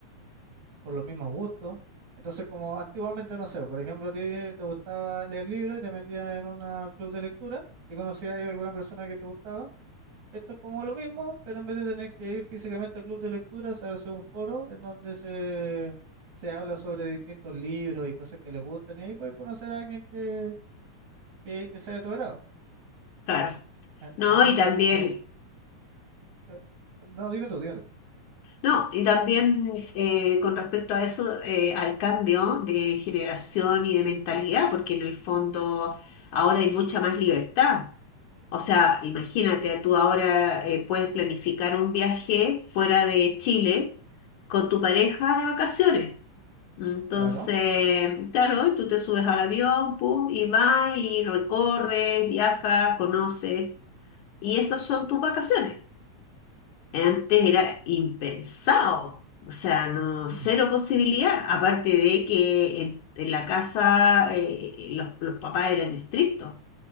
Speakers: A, on the right; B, on the left.
A: por los mismos gustos. Entonces, como antiguamente, no sé, por ejemplo, a ti te gustaba leer libros y te metías en un club de lectura y conocías a alguna persona que te gustaba. Esto es como lo mismo, pero en vez de tener que ir físicamente al club de lectura, se hace un foro en donde se, se habla sobre distintos libros y cosas que les gustan y ahí puedes conocer a alguien que, que, que sea de tu agrado.
B: claro.
A: E-
B: No,
A: Entonces,
B: y también.
A: lo, eh, no, dime tú, dime tú.
B: No, y también eh, con respecto a eso, eh, al cambio de generación y de mentalidad, porque en el fondo ahora hay mucha más libertad. O sea, imagínate, tú ahora eh, puedes planificar un viaje fuera de Chile con tu pareja de vacaciones. Entonces,
A: Claro.
B: claro, tú te subes al avión, pum, y vas y recorres, viajas, conoces, y esas son tus vacaciones. Antes era impensado, o sea, no,
A: <laughs> Ujú.
B: cero posibilidad, aparte de que en, en la casa eh, eh, los, los papás eran estrictos.